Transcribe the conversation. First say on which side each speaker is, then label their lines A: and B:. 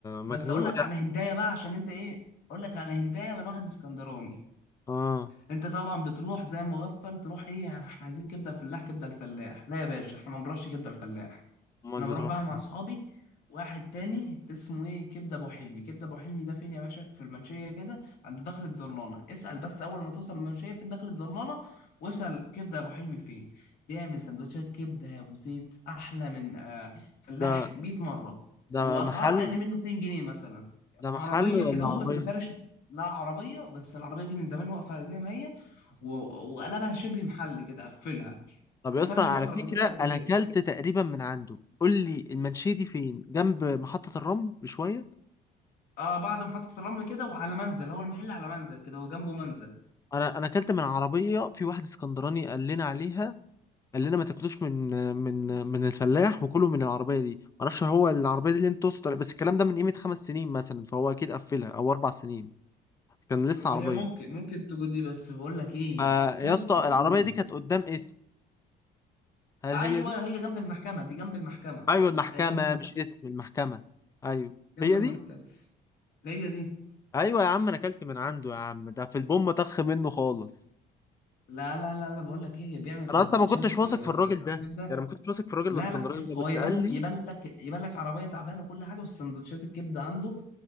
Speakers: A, on the left; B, on the left.
A: مجنون
B: بس اقول لك على هنتايه بقى عشان انت ايه اقول لك على هنتايه من واحد اسكندراني
A: اه
B: انت طبعا بتروح زي مغفل تروح ايه يعني احنا عايزين كبده فلاح كبده الفلاح لا يا باشا احنا ما بنروحش كبده الفلاح
A: امال
B: انا
A: بتروح
B: بروح بقى مع
A: فين
B: اصحابي واحد تاني اسمه ايه كبده ابو حلمي كبده ابو حلمي ده فين يا باشا في المنشيه كده عند دخله زرنانه اسال بس اول ما توصل المنشيه فين دخله زرنانه واسال كبده ابو حلمي فين بيعمل سندوتشات كبده يا ابو زيد احلى من آه فلاح
A: ده
B: 100 مره
A: ده
B: وباسعار
A: محل
B: اقل منه 2 جنيه مثلا
A: ده محل
B: عربيه
A: ولا
B: كده هو
A: عربية
B: بس فارش لا عربيه بس العربيه دي من زمان واقفه زي ما هي و- وقلبها شبه محل كده قفلها
A: طب
B: وفارش
A: يا اسطى على
B: بقى ترابيزات
A: فكرة
B: قد
A: انا
B: كده
A: اكلت تقريبا من عنده قول لي المنشية دي فين جنب محطة الرمل بشوية
B: اه بعد محطة الرمل كده وعلى منزل هو المحل على منزل كده هو جنبه منزل
A: انا انا اكلت من عربية في واحد اسكندراني قال لنا عليها قال لنا ما تاكلوش من من من الفلاح وكلوا من العربية دي ما اعرفش هو العربية دي اللي انت تقصد ولا- بس الكلام ده من قيمة خمس سنين مثلا فهو اكيد قفلها او اربع سنين كان لسه
B: هي
A: عربية
B: ممكن ممكن تكون دي بس بقول لك ايه
A: فيا
B: كلو
A: اسطى
B: في الجون
A: العربية دي كانت قدام اسم هل
B: ايوه
A: هي دي
B: هي جنب المحكمة دي جنب المحكمة
A: ايوه المحكمة
B: هي جنب المحكمة
A: مش اسم المحكمة ايوه
B: جنب
A: هي
B: المحكمة
A: دي
B: هي دي
A: ايوه يا عم انا اكلت من عنده يا عم ده في البوم طخ منه خالص
B: لا لا لا لا بقول لك ايه بيعمل سندوتشات
A: انا اصلا ما كنتش واثق
B: آه،
A: في الراجل ده
B: كبدة
A: يعني ما كنتش واثق في الراجل
B: لا
A: الاسكندراني
B: لا
A: ده
B: هو
A: بس
B: يبان
A: قال لي
B: يبان لك يبان لك عربية تعبانة وكل حاجة بس سندوتشات الكبدة عنده